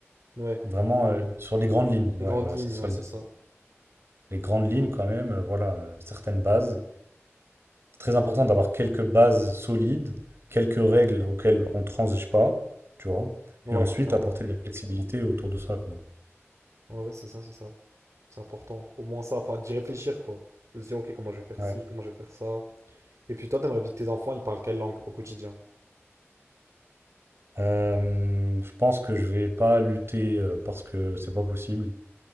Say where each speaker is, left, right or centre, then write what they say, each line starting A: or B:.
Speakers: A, on the right; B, on the right.
A: Ouais,
B: Vraiment euh, sur les grandes lignes. Ouais,
A: les grandes
B: voilà,
A: lignes,
B: c'est ça
A: ouais,
B: le
A: c'est
B: mot.
A: ça.
B: Les grandes lignes quand même, euh, voilà, euh, certaines bases. C'est très important d'avoir quelques bases solides, quelques règles auxquelles on ne transige pas, tu vois,
A: Ouais,
B: et ensuite
A: clairement.
B: apporter de la flexibilité autour de ça, quoi.
A: Ouais, ouais, c'est ça, c'est ça. C'est important. Au moins ça, enfin, d'y réfléchir, quoi. De se dire, ok, comment je vais faire
B: Ouais.
A: ci, comment je vais faire ça. Et puis toi, t'aimerais bien que tes enfants, ils parlent quelle langue au quotidien?
B: Euh, je pense que je vais pas lutter euh, parce que c'est pas possible.